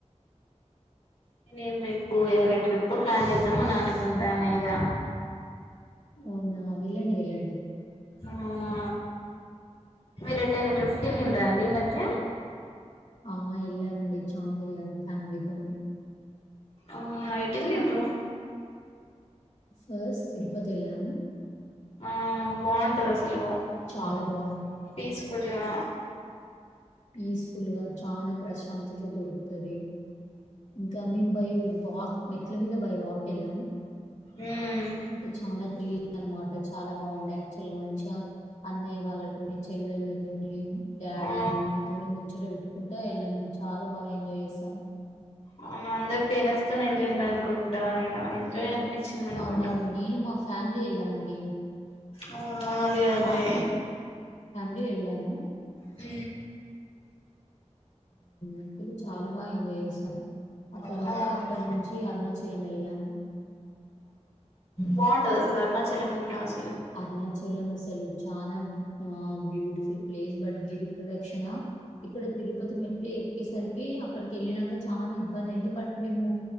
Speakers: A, on the left; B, on the left.
A: పని ఎమ్ చెయివ్ ఏదైయినా ట్రిప్ ప్లాన్ చేద్దాం అని అనుకుంటాను ఇక
B: అవునా వెళ్ళండి వెళ్ళండి
A: అవునా మీరు ఎటైనా ట్రిప్కి వెళ్ళిండ్రా అండి ఈ మధ్య
B: ఆ వెళ్ళామండి చాల వెళ్ళాం ఫ్యామిలీతోని
A: అవునా ఎటు వెళ్ళీండ్రు
B: ఫస్ట్ తరుపతి వెళ్ళాం
A: ఆ బాగుంటది అసలు
B: చాలా
A: హలో పీస్ ఫుల్గా
B: పీస్ఫుల్ గా చానా ప్రశాంతత దొరుకుతాది ఇంకా మేము బై వాక్ మెట్ల మీద బై వాక్ వెళ్ళాం
A: ఉమ్
B: అంటే చాలా థ్రిల్ అండేనమాట చాలా బాగుండే యాక్చువల్ గా మంచిగా అన్నయ్య వాళ్ళతోని చెల్లెళ్లతోని డాడీ
A: ఆ
B: మమ్మీ తోనీ ముచ్చట బెట్టు నడుచుకుంటా వెళ్ళాము చాలా బాగా ఎంజాయ్ చేసాం
A: అవున అందరి పేరెంట్స్ తొని వెళ్ళిండ అనుకుంటా ఇక ఎంజాయ్ అను కనిపించిందనుకుంటా
B: అవునవును. నేను మా ఫ్యామిలీ వెళ్ళామండి.
A: అవును ఆ అదే అదే
B: వెళ్తాము
A: హ
B: అసలు చాలా బాగా ఎంజాయ్ చేసాం ఆ తర్వాత
A: అవును
B: అక్కడి నుంచి అరుణాచలం వెళ్ళాము
A: బాగుంటాది అసలు అరుణాచలం స <unintelligible>
B: అరుణాచలం అసలు చనా ఆ బ్యూటిఫుల్ ప్లేస్ బట్ గిరి ప్రదక్షిణ ఇక్కడ తిరుపతి మెట్లు ఎక్కేసరికి అక్కడికి వెళ్ళినాంక చాలా ఇబ్బంది అయ్యింది బట్ మేము